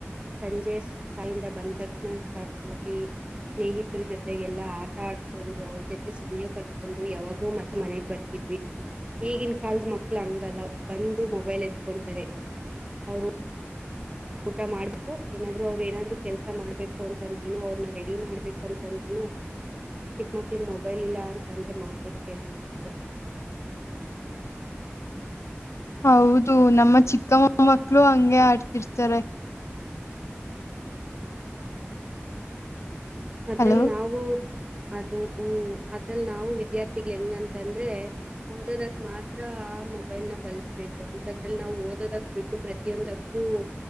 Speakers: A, on the right (about 25°); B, on the left (about 85°).
A: ಸಂಜೆ ಶಾಲೆಯಿಂದ ಬಂದ ತಕ್ಷಣ ಸಾಕೋಗಿ ಸ್ನೇಹಿತರ ಜೊತೆಗೆಲ್ಲಾ ಆಟ ಆಡ್ಕೊಂಡು ಅವ್ರ ಜೊತೆ ಸಮಯ ಕಳಕೊಂಡು ಯಾವಾಗೂ ಮತ್ತೆ ಮನೆಗ್ ಬರ್ತಿದ್ವಿ. ಈಗಿನ ಕಾಲದ ಮಕ್ಕಳು ಹಂಗಲ್ಲ ಬಂದು ಮೊಬೈಲ್ ಎತ್ಕೊಂತಾರೆ. ಅವರು ಊಟ ಮಾಡ್ಬೇಕು ಏನಾದ್ರು ಅವ್ರು ಏನಾದ್ರು ಕೆಲಸ ಮಾಡ್ಬೇಕು ಅಂತಂದ್ರೇನು ಅವ್ರನ್ನ ರೆಡಿ ಮಾಡ್ಬೇಕು ಅಂತಂದ್ರೇನು ಅಷ್ಟೆ ಚಿಕ್ಕ ಮಕ್ಕಳಿಗೆ ಮೊಬೈಲ್ ಇಲ್ಲ ಅಂತ ಅಂದ್ರೆ ಮಾತ ಕೇಳಲ್ಲ ಅವರು.
B: ಹೌದು ನಮ್ಮ ಚಿಕ್ಕಮ್ಮ ಮಕ್ಕಳು ಹಂಗೆ ಆಡ್ತಿರ್ತಾರೆ.
A: ಅದ್ರಲ್ಲಿ
B: ಹಲೋ
A: ನಾವು ಅದು ಹ್ಮ್ ಅದ್ರ ಅಲ್ಲಿ ನಾವು ವಿದ್ಯಾರ್ಥಿಗಳು ಹೆಂಗ ಅಂತ ಅಂದ್ರೆ ಓದೋದಕ್ ಮಾತ್ರ ಮೊಬೈಲ್ನ ಬಳಸಬೇಕು. ಅಂತದ್ರಲ್ ನಾವು ಓದೋದಕ್ ಬಿಟ್ಟು ಪ್ರತಿಯೊಂದಕ್ಕೂ